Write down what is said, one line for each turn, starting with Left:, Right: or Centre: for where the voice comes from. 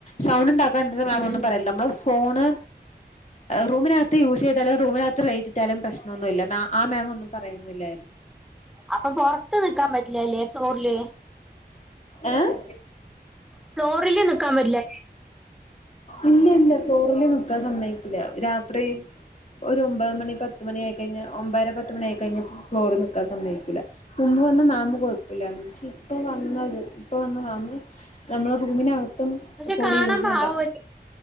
Left: സൗണ്ട് ഉണ്ടാക്കാണ്ട മാം
Centre: ഉം
Left: ഒന്നും പറയില്ല നമ്മള് ഫോണ് റൂമിനകത്ത് യൂസ് ചെയ്താലും റൂമിനകത്ത് റേറ്റ് ഇട്ടാലും പ്രശ്നമൊന്നുമില്ല ആ മാം ഒന്നും പറയില്ല യില്ല
Centre: അപ്പൊ പുറത്ത് നിക്കാൻ പറ്റില്ലല്ലേ ഫ്ലോറില്
Left: ഏഹ്
Centre: ഫ്ലോറില് നിക്കാൻ പറ്റില്ല
Left: ഇല്ല ഇല്ല ഫ്ലോറലെ നിക്കാൻ സമ്മയക്കില്ല രാത്രിയും ഒമ്പത് മണി പത്ത് മണിയായി കഴിഞ്ഞ ഒമ്പര പത്ത് മണി ആയി കഴിഞ്ഞ ഫ്ലോറിൽ നിൽക്കാൻ സമ്മതിക്കൂല്ല മുമ്പ് വന്ന മാമ് കുഴപ്പമില്ലായിരുന്നു പക്ഷെ ഇപ്പൊ വന്നത് ഇപ്പൊ വന്ന മാമ് നമ്മള റൂമിനകത്തും
Centre: പക്ഷെ
Left: ഫോണ്
Centre: കാണാൻ
Left: യൂസ് ചെയ്യാൻ
Centre: പാവല്ലേ
Left: പറ്റ